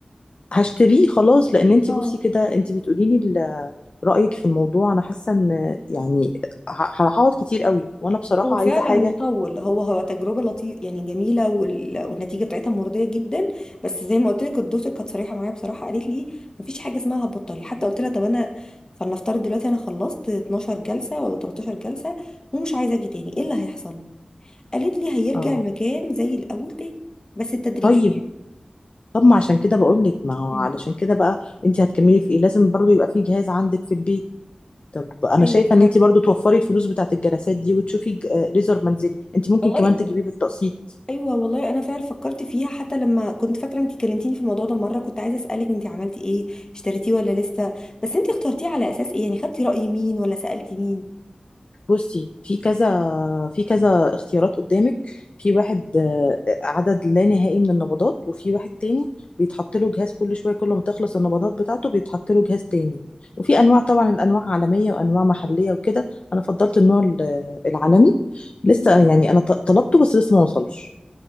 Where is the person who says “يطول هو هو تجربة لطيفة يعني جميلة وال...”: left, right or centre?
Left